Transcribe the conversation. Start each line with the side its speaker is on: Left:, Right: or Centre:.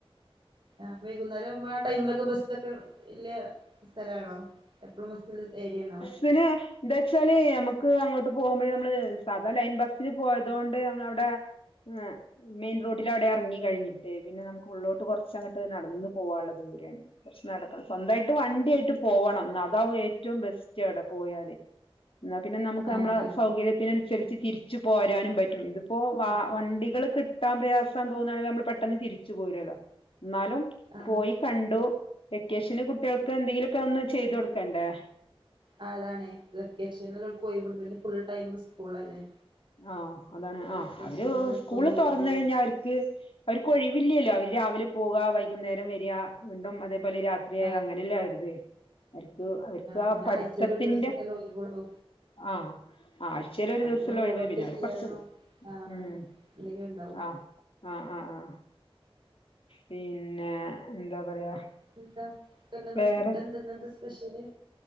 Right: ആഹ് വൈകുന്നേരാവുമ്പോ ആ ടൈംലൊക്കെ ബസ്സൊക്കെ ഇല്ലെ സ്ഥലാണോ എപ്പളും ബസ്സ്ള്ള ഏര്യേണോ.
Left: പിനെ. ന്താച്ചാല് യമ്മക്ക് അങ്ങോട്ട് പോകുമ്പഴ് മ്മള് സാധാ ലൈൻ ബസ്സില് പോയതോണ്ട് നമ്മളഉടെ ങ്ങ. മെയിൻ റോഡിലവ്ടെ എർങ്ങി കഴിഞ്ഞിട്ട് പിന്നെ നമുക്ക് ഉള്ളോട്ട്കൊർച്ചങ്ങട്ട് നട്ന്ന് പോവാള്ള ദൂര കൊർച് നടക്കണം സ്വന്തായി ട്ട് വണ്ട്യയ്ട്ട് പോവണം ന്ന അതാവും ഏറ്റവും ബെസ്റ്റ് അവ്ടെ പോയാല്. ന്നാ പിന്നെ നമുക്ക്
Right: ആഹ്
Left: നമ്മളെ
Right: അതെ അതെ
Left: സൗകര്യത്തിനനുസര്ച്ച് തിര്ച്ച് പോരാനും പറ്റും ഇത് പ്പൊ വാ
Right: ആഹ് ആഹ്
Left: വണ്ടികള് കിട്ടാ പ്രയാസാന്ന് തോന്നാണെില് നമ്മള് പെട്ടെന്ന് തിരിച്ചു പോരോലൊ ന്നാലും.
Right: ആഹ്
Left: പോയി കണ്ടു വെക്കേഷന് കുട്ട്യാൾക്ക് എന്തെങ്കിലൊക്കൊന്ന് ചെയ്തൊട്ക്കെണ്ടേ.
Right: ആഹ് അതാണെ വെക്കേഷൻല് ഓൽക് ഒയ്വ്ട്ടുമ്പൊ പിന്നെ ഫുൾടൈം സ്കൂളല്ലേ.
Left: ആഹ് അതാണ്
Right: പിന്നെ
Left: ആ
Right: വെക്കേഷനിൽ
Left: അവര്
Right: ഓൽക്ക്
Left: സ്കൂള്
Right: ഒരു ഒഴിവുള്ളൂ
Left: തൊർന്നഴിഞ്ഞാ അവര്ക്ക്. അവര്ക്കൊഴിവില്ലല്ലോ അവര് രാവിലെപോവാ വൈകുന്നേരം വരാ വീണ്ടും അതേപോലെ രാത് ത്രിയാ
Right: ആഹ്
Left: അങ്ങനെല്ലെ അവര്ത്. അര്ക്ക് അവർക്കാ
Right: പിന്നെ
Left: പഠ്ത്തത്തിന്റെ
Right: ആഴ്ചയിൽ ഒരു ദിവസല്ലേ ഒഴിവുള്ളൂ
Left: ആഹ് ആഴ്ചയിലൊരുദൂസ
Right: അതിന്
Left: ത്തുള്ള
Right: ഹോംവർക്ക്
Left: ഒഴിവ് പിന്നെ അവര്
Right: ചെയ്യാനും
Left: കൊറ്ച്ച്
Right: ആ
Left: ഉം
Right: എന്തൊക്കെ ഉണ്ടാവും
Left: ആഹ്. ആഹ് ആഹ് ആഹ് പിന്നെ എന്താ പറയാ.
Right: എന്താ എന്തങ്ങടെ
Left: വേറെ
Right: ഫുഡ്ഡെന്ത ന്ന്ന്ത സ്പെഷ്യല്.